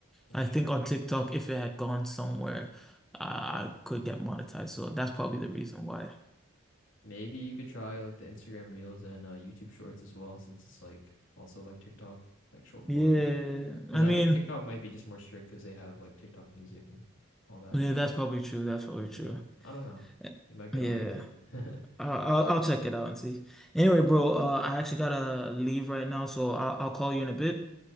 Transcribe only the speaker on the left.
that's
true.
Maybe you could try like the Instagram Reels and uh, YouTube Shorts as well, since it's like also like TikTok, like short form.
Because
I
think TikTok might be just more strict because they have like TikTok music and all that.
Uh,
yeah,
I don't know.
You might get
away with it. <laughs>